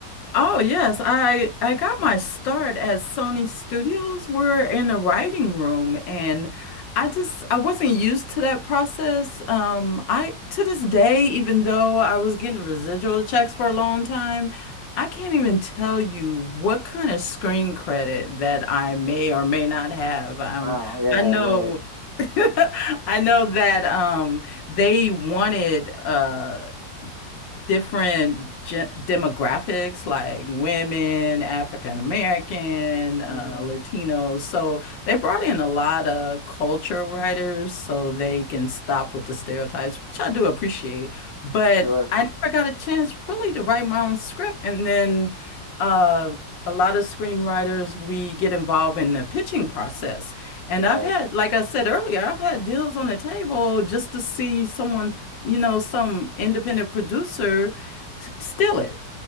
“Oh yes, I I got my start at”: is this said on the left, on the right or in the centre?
Left